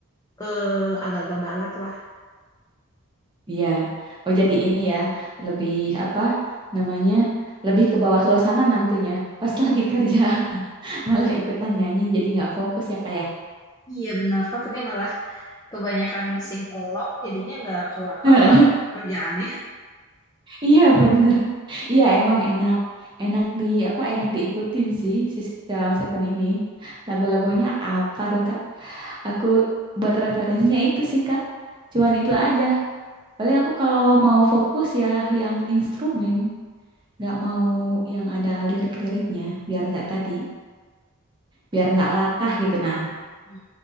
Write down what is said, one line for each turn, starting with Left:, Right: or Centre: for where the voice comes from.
Left: eh, agak-agak balad lah.
Right: Iya. Oh jadi ini ya, lebih apa namanya? Lebih ke bawah suasana nantinya. Pas lagi kerja <laughs> malah ikutan nyanyi jadi nggak fokus ya kayak.
Left: Iya benar, takutnya malah kebanyakan sing along jadinya nggak kelar-kelar
Right: <laughs>
Left: kerjaannya.
Right: Iya bener. Iya emang enak. Enak di apa? Enak diikutin sih si Salon Seven ini. Lagu-lagunya apa dong Kak? Aku buat referensinya itu sih Kak. Cuman itu aja. Paling aku kalau mau fokus ya yang instrumen, nggak mau yang ada lirik-liriknya biar nggak tadi. biar nggak latah gitu. Nah,
Left: <laughs>